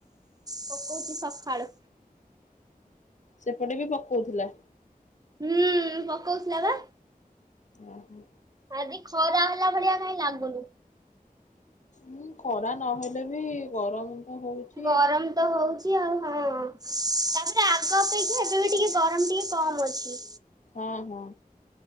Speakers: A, on the right (about 25°); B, on the left (about 50°).
A: ପକଉଛି ସକାଳୁ।
B: ସେପଟେ ବି ପକଉଥିଲା।
A: ହୁଁ ପକଉଥିଲା ବା।
B: ଓ ହୋ।
A: ଆଜିି ଖରା ହେଲା ଭଳିଆ କାଇଁ ଲାଗୁନି।
B: ହୁଁ ଖରା ନହେଲେ ବି ଗରମ ତ ହଉଛି।
A: ଚ ଗରମ ତ ହଉଛି ଆଉ ହଁ ତାପରେ ଆଗ ଅପେକ୍ଷା ଏବେ ବି ଟିକେ ଗରମ ଟିକେ କମ ଅଛି।
B: ହଁ ହଁ।